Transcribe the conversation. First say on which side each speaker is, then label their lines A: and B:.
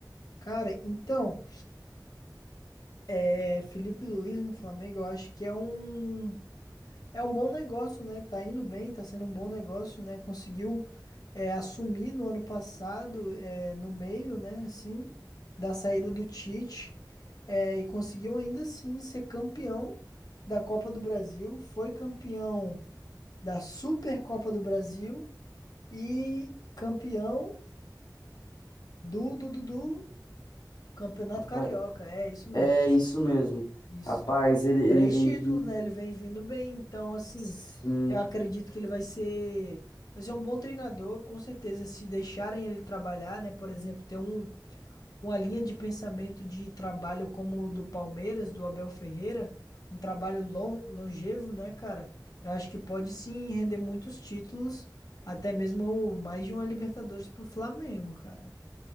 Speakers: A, on the left (about 60°); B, on the left (about 75°).
A: Cara, então, é, Felipe Luiz no Flamengo, eu acho que é um. É um bom negócio, né? Tá indo bem, tá sendo um bom negócio, né? Conseguiu é, assumir no ano passado, é, no meio, né? Assim, da saída do Tite, é, e conseguiu ainda assim ser campeão da Copa do Brasil, foi campeão da Supercopa do Brasil e campeão do, do, do, do Campeonato
B: Rapaz,
A: Carioca. É isso mesmo,
B: é isso mesmo.
A: isso.
B: Rapaz, ele,
A: Três
B: ele vem
A: títulos,
B: vindo.
A: né? Ele vem vindo bem, então assim,
B: Sim.
A: eu acredito que ele vai ser, vai ser um bom treinador, com certeza, se deixarem ele trabalhar, né? Por exemplo, ter um, uma linha de pensamento de trabalho como o do Palmeiras, do Abel Ferreira, um trabalho lon- longevo, né, cara? Eu acho que pode sim render muitos títulos, até mesmo mais de uma Libertadores pro Flamengo, cara.